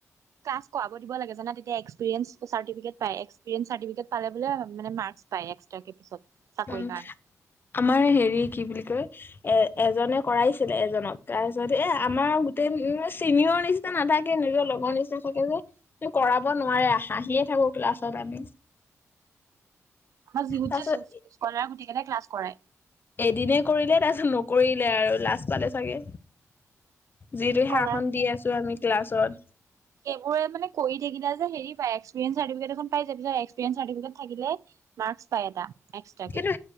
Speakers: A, on the right; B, on the left.
A: লছ কৰািব লাগে জানে। পাই এক্সট্ৰাক কে পিছত। চাকৰি
B: উম,
A: কাৰণে
B: আমাৰ হেৰি কি বুলি কয়। এ, এজনে কৰাইছিলে এজনক তাৰপিছত এ আমাৰ গোটেই উ চিনিয়ৰ নিচিনা নথাক। থাকে নিজৰ লগৰ নিচিনা থাকে যে, কৰাব নোৱাৰে হাঁহিয়ে থাকো ক্লাছত আমি।
A: আমাৰ যিহুত
B: তাৰপিছত
A: যে স্কলাৰ গুটেইিকেইনে ক্লাছ কৰা।
B: এদিনে কৰিলে তাৰপিছত নকৰিলে আৰু লাজ পালে চাগে। যিটোহে
A: স্কলাৰ
B: শাসন দি আছো আমি ক্লাছত।
A: সেইবোৰে আচলতে কৰি থাকিলে যে হেৰি পায়, এক্সপিৰিয়েঞ্চ চাৰ্টিফিকেট এ পাই যে এক্সপিৰিয়েঞ্চ চাৰ্টিফিকেট এখন থাকিলে মাৰ্ক্স পাই এটা। এক্সট্ৰাকে
B: কিন্তু,